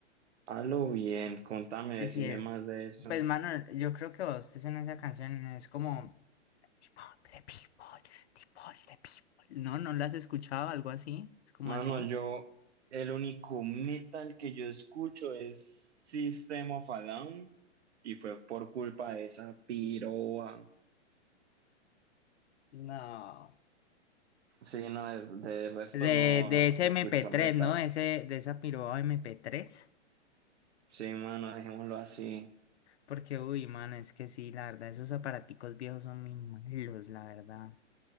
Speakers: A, on the right; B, on the left.
A: Halo bien, contame, decime
B: sí es.
A: más de eso.
B: Pues mano, yo creo que vos te suena esa canción, es como People, the people, the people, the people. No, ¿no la has escuchado? Algo así, es como
A: Mano,
B: así.
A: yo, el único metal que yo escucho es System of a Down y fue por culpa de esa piroa.
B: No.
A: Sí, no, de, de resto
B: De,
A: no,
B: de ese
A: no
B: mp
A: escucho
B: tres
A: metal.
B: ¿no? Ese, de esa piroba mp tres
A: Sí, mano, dejémoslo así.
B: Porque, uy, mano, es que sí, la verdad, esos aparaticos viejos son muy malos, la verdad.